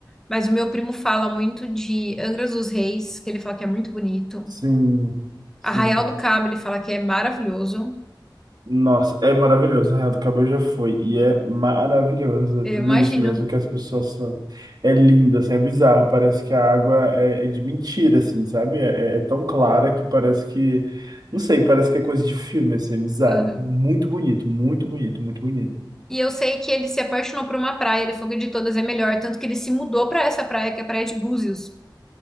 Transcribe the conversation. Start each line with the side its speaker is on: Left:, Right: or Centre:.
Centre: Mas o meu primo fala muito de Angra dos Reis, que ele fala que é muito bonito.
Right: Sim, sim.
Centre: Arraial do Cabo, ele fala que é maravilhoso.
Right: Nossa, é maravilhoso. Arraial do Cabo já foi. E é maravilhoso. É
Centre: Eu
Right: tudo
Centre: imagino.
Right: isso mesmo que as pessoas falam. É lindo, assim, é bizarro. Parece que a água é, é de mentira, assim, sabe? É, é- é tão clara que parece que. Não sei, parece que é coisa de filme, assim, é bizarro.
Centre: Aham.
Right: É Muito bonito, muito bonito, muito bonito.
Centre: E eu sei que ele se apaixonou por uma praia, ele falou que de todas é melhor, tanto que ele se mudou pra essa praia, que é a Praia de Búzios.